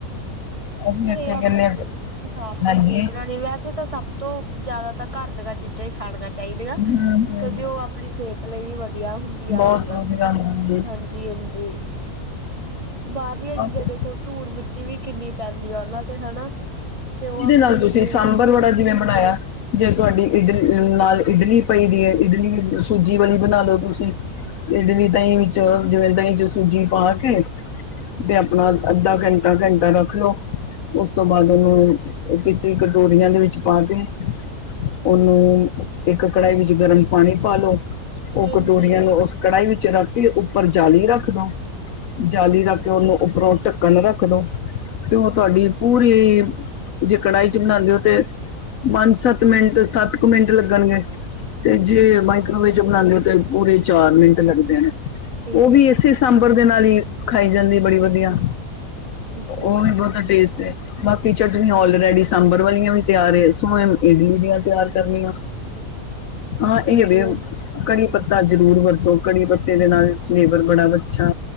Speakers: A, on the left; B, on the right.
A: ਅਸੀਂ
B: ਘਰੇ
A: ਇੱਥੇ
B: ਆਪਾਂ
A: ਕਹਿੰਦੇ
B: ਬਿਲਕੁਲ ਸਾਫ਼-ਸੁਥਰੀ
A: ਹਾਂਜੀ
B: ਬਣਾਨੇ, ਵੈਸੇ ਤਾਂ ਸਭ ਤੋਂ ਜਿਆਦਾ ਤਾਂ ਘਰ ਦੀਆਂ ਚੀਜ਼ਾਂ ਹੀ ਖਾਣੀਆਂ ਚਾਹੀਦੀਆਂ
A: ਹਮ, ਹਮ, ਹਮ,
B: ਕਿਉਂਕਿ ਉਹ ਆਪਣੀ ਸਿਹਤ ਤ ਚਲ ਈ ਵੀ ਵਧੀਆ ਹੁੰਦੀਆਂ
A: ਬਹੁਤ
B: <unintelligible>
A: ਵਧੀਆ ਹੁੰਦਾ ਹੈ
B: ਹਾਂਜੀ-ਹਾਂਜੀ। ਬਾਹਰਲੀਆਂ ਚੀਜ਼ਾਂ
A: ਬਸ
B: ਦੇਖੋ ਧੂੜ-ਮਿੱਟੀ ਵੀ ਕਿੰਨੀ ਪੈਂਦੀ ਆ ਉਹਨਾਂ ਤੇ ਹਨਾ। ਤੇ ਉਹ
A: ਇਹਦੇ
B: ਆਪਣੀ
A: ਨਾਲ ਤੁਸੀਂ
B: ਸਿਹਤ
A: ਸਾਂਬਰ
B: ਨੂੰ
A: ਵੜਾ ਜਿਵੇਂ ਬਣਾਇਆ ਜੇ ਤੁਹਾਡੀ ਇਡ ਨਾਲ ਇਡਲੀ ਪਈ <unintelligible> ਏ ਇਡਲੀ ਸੂਜੀ ਵਾਲੀ ਬਣਾ ਲਓ ਤੁਸੀਂ ਇਡਲੀ ਦਹੀਂ ਵਿੱਚ ਜਿਵੇਂ ਦਹੀਂ ਚ ਸੂਜੀ ਪਾ ਕੇ ਤੇ ਆਪਣਾ
B: ਹਾਂਜੀ
A: ਅੱਧਾ ਘੰਟਾ, ਘੰਟਾ ਰੱਖ ਲਓ ਉਸ ਤੋਂ ਬਾਅਦ ਉਹਨੂੰ ਤੇ ਕਿਸੇ ਕਟੋਰੀਆਂ ਦੇ ਵਿੱਚ ਪਾ ਕੇ ਔਨੂੰ ਇੱਕ ਕੜਾਹੀ ਵਿੱਚ ਗਰਮ ਪਾਣੀ ਪਾਲੋ ਉਹ
B: ਹਾਂਜੀ
A: ਕਟੋਰੀਆਂ ਨੂੰ ਉਸ ਕੜਾਹੀ ਵਿੱਚ ਰੱਖ ਕੇ ਉੱਪਰ ਜਾਲੀ ਰੱਖ ਦਓ ਜਾਲੀ
B: ਠੀਕ
A: ਰੱਖ
B: ਹੈ ਜੀ
A: ਕੇ ਉਹਨੂੰ ਉੱਪਰੋਂ ਟੱਕ ਟੱਕਣ ਰੱਖਦੋ ਤੇ ਉਹ ਤੁਹਾਡੀ ਪੂਰੇ ਜੇ ਕੜਾਹੀ ਚ ਬਣਾਦੇ ਹੋ ਤੇ ਪੰਜ-ਸੱਤ ਮਿੰਟ ਸੱਤ ਕ ਮਿੰਟ ਲੱਗਣਗੇ। ਤੇ ਜੇ
B: ਹਾਂਜੀ
A: ਮਾਈਕ੍ਰੋਵੇਵ ਚ ਬਣਾਦੇ ਹੋ ਤੇ ਪੂਰੇ ਚਾਰ ਮਿੰਟ ਲੱਗਦੇ ਨੇ
B: ਠੀਕ
A: ਉਹ ਵੀ
B: ਹੈ ਜੀ
A: ਇਸੇ ਸਾਂਬਰ ਦੇ ਨਾਲ ਹੀ ਖਾਈ ਜਾਂਦੀ ਏ ਬੜੀ ਵਧੀਆ
B: ਠੀਕ ਹੈ
A: ਉਹ
B: ਜੀ
A: ਵੀ ਬਹੁਤਾ ਟੇਸਟ ਏ ਬਾਕੀ ਚਟ <unintelligible> ਆਲਰੇਡੀ ਸਾਂਬਰ ਵਾਲੀਆਂ ਵੀ ਤਿਆਰ ਏ ਸੋ ਏਮ ਇਡਲੀ ਦੀ ਤਿਆਰ ਕਰਨੀਆਂ। ਹਾਂ
B: ਹਾਂਜੀ
A: ਏਹ ਵੇ
B: ਹਾਂਜੀ
A: ਕੜੀ-ਪੱਤਾ ਜ਼ਰੂਰ ਵਰਤੋ ਕੜੀ-ਪੱਤੇ ਦੇ ਨਾਲ ਫਲੇਵਰ ਬੜਾ ਬੱਛਾ